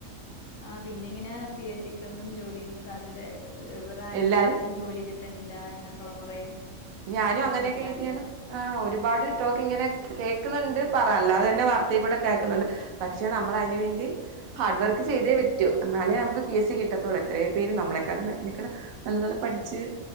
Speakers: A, on the left (about 70°); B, on the right (about 80°).
A: ആഹ് പിന്നെ ഇങ്ങനെ പി എസ് സിക്ക് ഒന്നും ജോലി സാധ്യതെ ആഹ് റാങ്ക്
B: എല്ലാരും
A: ഇണ്ടായിട്ടും ജോലി കി ട്ടണില്ല എന്നൊക്കെയുള്ള കൊറേ
B: ഞാനും
A: പ്രശ്നങ്ങളൊക്കെ
B: അങ്ങനൊക്കെ എഴുതിയാണ് ആഹ് ഒരുപാട് ടോക്ക് ഇങ്ങനെ കേക്കുന്നുണ്ട് പറ അല്ലാതെ തന്നെ വാർത്തെ കൂടെ കേക്ക്ന്നുണ്ട് പക്ഷെ നമ്മള് അതിന് വേണ്ടി ഹാർഡ് വർക്ക് ചെയ്തേ പറ്റൂ അന്നാലേ നമുക്ക് പി എസ് സി കിട്ടത്തൊള്ളു എത്രയോ പേര് നമ്മളെക്കാളും നല്ലോലെ പഠിച്ച്